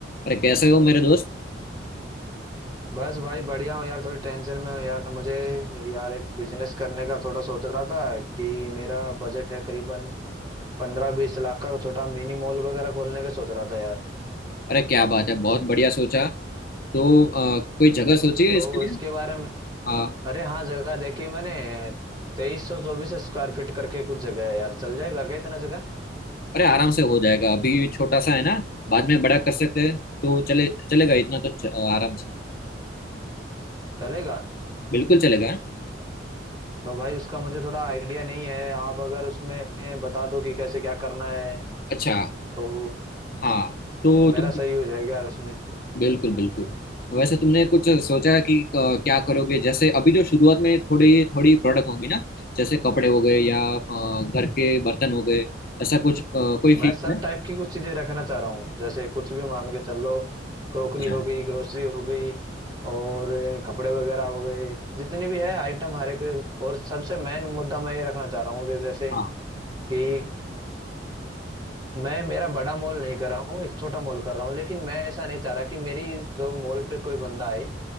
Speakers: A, on the left (about 50°); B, on the right (about 25°).
A: अरे कैसे हो मेरे दोस्त
B: बस भाई बढ़िया हूँ यार थोड़ी टेंशन में हूँ यार मुझे यार एक बिजनेस करने का थोड़ा सोच रहा था कि मेरा बजट है करीबन पंद्रह बीस लाख का छोटा मिनी मॉल वगैरह खोलने का सोच रहा था यार
A: अरे क्या बात है बहुत बढ़िया सोचा तो अ, कोई जगह सोची है
B: तो
A: इसके लिए
B: इसके बारे में
A: हाँ
B: अरे हाँ जगह देखी मैंने तेईस सौ चौबीस स्क्वायर फीट करके कुछ जगह है यार चल जाएगा क्या इतना जगह
A: अरे आराम से हो जाएगा अभी छोटा सा है ना बाद में बड़ा कर सकते हैं तो चले चलेगा इतना तो च- आराम से
B: चलेगा
A: बिल्कुल चलेगा
B: तो भाई उसका मुझे थोड़ा आइडिया नहीं है आप अगर उसमें बता दो कि कैसे क्या करना है
A: अच्छा
B: तो
A: हाँ तो तुम
B: मेरा सही हो जाएगा यार उसमें
A: बिल्कुल बिल्कुल वैसे तुमने कुछ सोचा है कि अ, क्या करोगे जैसे अभी जो शुरुआत में थोड़ी थोड़ी प्रोडक्ट होंगी ना जैसे कपड़े हो गए या अ, घर के बर्तन हो गए ऐसा कुछ अ, कोई फिक्स
B: मैं सब
A: है
B: टाइप की कुछ चीजें रखना चाह रहा हूँ जैसे कुछ भी मान के चल लो क्रोकरी
A: अच्छा
B: हो गई ग्रोसरी हो गई और अ, कपड़े वगैरह हो गए जितनी भी है आइटम हर एक और सबसे मेन मुद्दा मैं ये रखना चाह रहा हूँ जै- जैसे
A: हाँ
B: कि मैं मेरा बड़ा मॉल नहीं कर रहा हूँ एक छोटा मॉल कर रहा हूँ लेकिन मैं ऐसा नहीं चाह रहा कि मेरी जो मॉल पे कोई बंदा आए